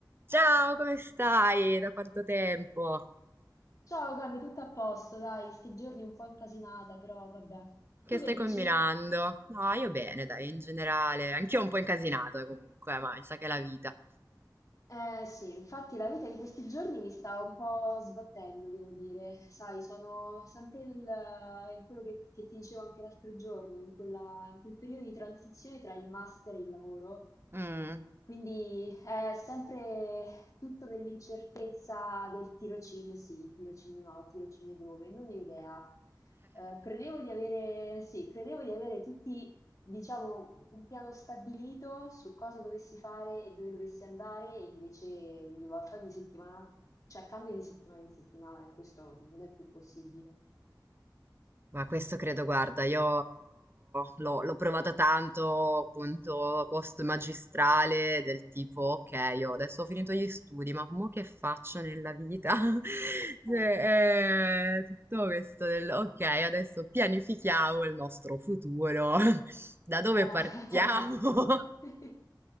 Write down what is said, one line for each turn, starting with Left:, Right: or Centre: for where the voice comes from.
Right: Ciao, come stai? Da quanto tempo?
Left: Ciao Cami, tutto a posto, dai, sti giorni un po' incasinata, però vabbè.
Right: Che
Left: Tu
Right: stai
Left: che dici?
Right: combinando? No, io bene, dai, in generale. Anch'io un po' incasinato comunque, ma mi sa che è la vita.
Left: Eh sì, infatti la vita in questi giorni mi sta un po' sbattendo, devo dire. Sai, sono sempre nel, in quello che, che ti dicevo anche l'altro giorno, in quella- in quel periodo di transizione tra il master e il lavoro.
Right: Mm.
Left: Quindi è sempre tutto nell'incertezza del tirocinio sì, tirocinio no, tirocinio dove, non ne ho idea. Eh, credevo di avere, sì, credevo di avere tutti diciamo, un piano stabilito su cosa dovessi fare e dove dovessi andare, e invece ogni volta, ogni settimana, cioè cambia di settimana in settimana e questo non è più possibile.
Right: Ma questo credo, guarda, io l'ho l'ho provata tanto, appunto, post magistrale, del tipo, ok, io adesso ho finito gli studi, ma mo che faccio nella vita? <laughs> Cioè,
Left: Eh,
Right: eh, tutto questo del, ok, adesso pianifichiamo il nostro futuro, <laughs> da dove
Left: eh.
Right: partiamo? <laughs>
Left: <laughs>